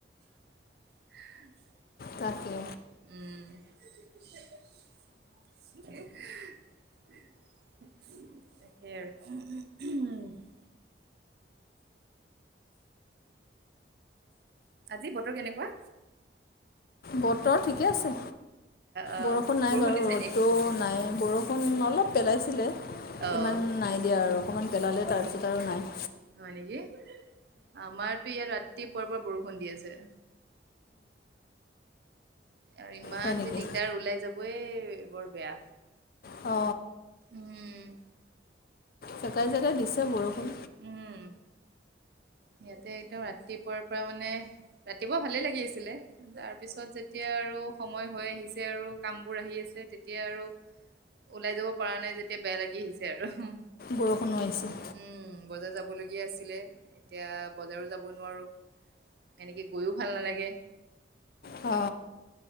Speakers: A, on the right; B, on the left.
A: হে উম
B: তাকে
A: এ হে হে তাকেই আৰু উম উম উম আজি বতৰ কেনেকোৱা?
B: বতৰ ঠিকে আছে,
A: অ',
B: বৰষুণ নাই বাৰু
A: দিছে
B: ৰ'দটো
A: নি?
B: নাইয়ে। বৰষুণ অলপ পেলাইছিলে,
A: অ'।
B: ইমান নাই দিয়া আৰু অকণমান পেলালে তাৰপিছত আৰু নাই।
A: হয় নেকি, আমাৰতো ইয়াত ৰাতিপুৱাৰ পৰা বৰষুণ দি আছে। আৰু ইমান
B: হয় নেকি
A: যে দিগদাৰ ওলাই যাবই বৰ বেয়া।
B: অ
A: উম
B: জেগাই জেগাই দিছে বৰষুণ।
A: উম ইয়াতে একদম ৰাতি পুৱাৰ পৰা মানে ৰাতিপুৱা ভালে লাগি আছিলে। তাৰ পিছত যেতিয়া আৰু সময় হৈ আহিছে আৰু কামবোৰ আহি আছে তেতিয়া আৰু ওলাই যাব পৰা নাই যেতিয়া বেয়া লাগি আহিছে আৰু।
B: বৰষুণো আহিছে।
A: উম বজাৰ যাবলগীয়া আছিলে। এতিয়া বজাৰো যাব নোৱাৰো, এনেকে গৈয়ো ভাল নালাগে।
B: অ